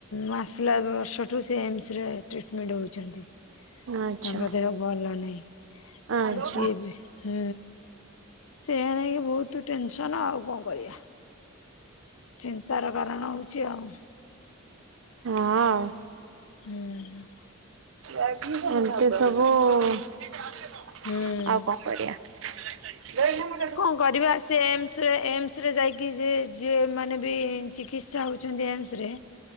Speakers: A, on the left; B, on the right.
A: ମାସ୍ ଇଲା ବର୍ଷଠୁ ସିଏ ଏମସ ରେ ଟ୍ରିଟମେଣ୍ଟ୍ ହୋଉଛନ୍ତି
B: ଆଚ୍ଛା
A: ତାଙ୍କ ଦେହ ଭଲ ନାହିଁ
B: ଆଚ୍ଛା।
A: ଆ ସିଏ ବି ହୁଁ ସେଇଆ ନେଇକି ବହୁତ ଟେନସନ୍ ଆଉ କଁ କରିବା? ଚିନ୍ତାର କାରଣ ହୋଉଚି ଆଉ।
B: ହଁ ଆଉ
A: ହୁଁ।
B: ଏମତି ସବୁ ଆଉ
A: ହୁଁ
B: କଁ କରିଆ? ଦେଖେନେ
A: କଁ କରିବା ସିଏ ଏମସ୍ ରେ ଏମସ୍ ରେ ଯାଇକି ଯେ ଯିଏ ମାନେ ବି ଚିକିତ୍ସା ହୋଉଛନ୍ତି ଏମସ୍ ରେ